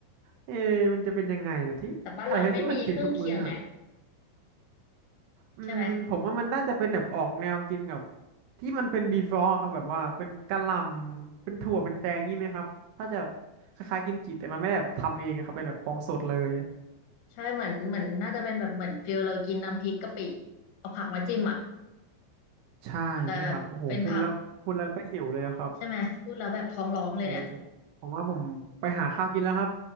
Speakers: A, on the right; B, on the left.
A: เอะมันจะเป็นยังไงนะที่อะไรนะที่มันกินทุกมื้ออะ
B: แต่บ้านเราไม่มีเครื่องเคียงไง
A: อืมผมว่ามันน่าจะเป็นแบบออกแนวกินกับ
B: ใช่ไหม
A: ที่มันเป็นดีฟอร์อะครับแบบว่าเป็นกะหล่ำเป็นถั่วเป็นแตงงี้ไหมครับถ้าจะคล้ายๆกิมจิแต่มันไม่ได้แบบทำเองอะครับเป็นแบบของสดเลย
B: ใช่เหมือนเหมือนน่าจะเป็นแบบเหมือนฟิลเรากินน้ำพริกกะปิเอาผักมาจิ้มอ่ะ
A: ใช่ใช่ครับโอ้โหพูดแล้วพูดแล้วก็หิวเลยอะครับ
B: แต่แบบเป็นผักใช่ไหมพูดแล้วแบบท้องร้องเลยเนี่ย
A: โอ้ผมว่าผมไปหาข้าวกินแล้วครับ